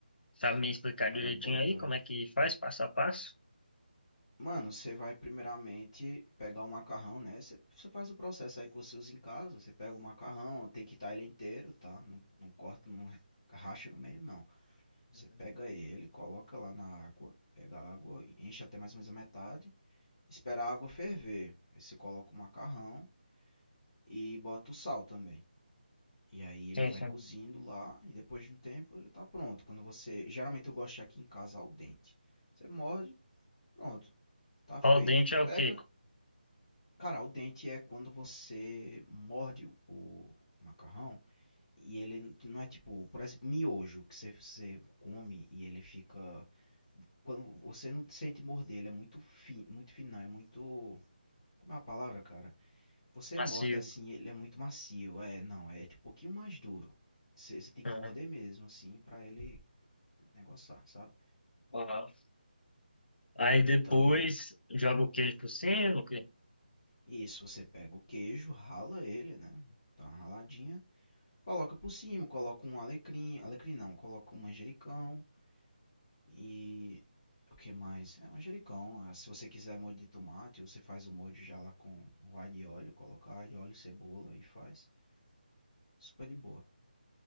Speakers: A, on the left (about 85°); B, on the left (about 30°).
A: Sabe me explicar
B: cara
A: direitinho
B: bota.
A: aí como é que faz, passo a passo?
B: Mano, você vai primeiramente pegar o macarrão, né? Você, você faz o processo aí que você usa em casa. Você pega o macarrão, tem que estar ele inteiro, tá? Não, não corta, não racha no meio, não. Você
A: Uhum.
B: pega ele, coloca lá na água. Pega a água, enche até mais ou menos a metade. Espera a água ferver. Aí você coloca o macarrão e bota o sal também. E aí ele
A: Sim,
B: vai
A: sim.
B: cozindo lá e depois de um tempo ele tá pronto. Quando você, geralmente eu gosto de aqui em casa ao dente. Você morde, pronto, tá feito.
A: Ao dente é o
B: Pega,
A: quê?
B: cara, ao dente é quando você morde o macarrão e ele não é tipo, por exemplo, miojo que você, você come e ele fica quando você não sente morder, ele é muito fino, muito fino, não, é muito como é a palavra, cara? Você
A: Macio.
B: morde assim, ele é muito macio. É, não, é tipo um pouquinho mais duro. Você você tem que
A: Uhum.
B: morder mesmo, assim, pra ele negociar, sabe?
A: Uhum. Aí depois
B: Então,
A: joga o queijo por cima, o quê?
B: isso, você pega o queijo, rala ele, né? Tá uma raladinha. Coloca por cima, coloca um alecrim. Alecrim não, coloca um manjericão. E. O que mais? É manjericão. ah, Se você quiser molho de tomate, você faz o molho já lá com o alho e óleo. Coloca alho, óleo, cebola e faz. Super de boa.